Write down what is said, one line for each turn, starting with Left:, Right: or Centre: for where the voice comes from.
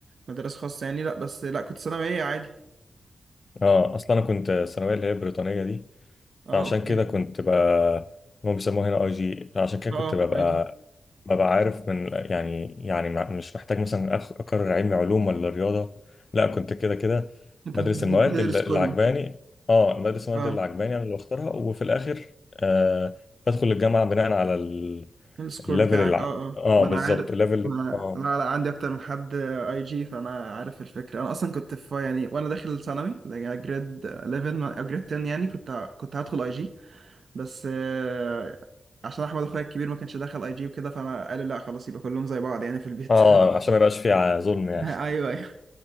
Right: مدرسه خاصه يعني لا بس لا كنت ثانويه عادي
Left: اه اصلا انا كنت الثانويه اللي هي البريطانيه دي
Right: اه
Left: فعشان
Right: اوكي
Left: كده كنت ب هم بيسموها هنا اي جي عشان كده
Right: اه
Left: كنت ببقى
Right: آه، اي جي
Left: ببقى عارف من يعني يعني ما- مش محتاج مثلا أخ- اقرر علمي علوم ولا رياضه لا كنت كده كده
Right: انت
Left: بدرس
Right: بتد-
Left: المواد
Right: بتدرس
Left: اللي اللي
Right: كله
Left: عجباني اه بدرس المواد
Right: اه
Left: اللي عجباني انا اللي بختارها وفي الاخر آه بدخل الجامعه بناء على ال-
Right: السكور
Left: الليفل
Right: بتاعك
Left: الع...
Right: اه اه
Left: اه
Right: ما
Left: بالظبط
Right: انا عارف
Left: الليفل
Right: ما انا
Left: اه
Right: لا لا عندي اكتر من حد اي جي فانا عارف الفكره انا اصلا كنت في يعني وانا داخل ثانوي جريد 11 جريد 10 يعني كنت كنت هدخل اي جي بس آه، عشان احمد اخويا الكبير ما كانش دخل اي جي وكده فانا قال لا خلاص يبقى كلهم زي بعض يعني في البيت
Left: اه
Right: <laughs>
Left: عشان ما يبقاش فيه ظلم يعني
Right: ايوه ايوه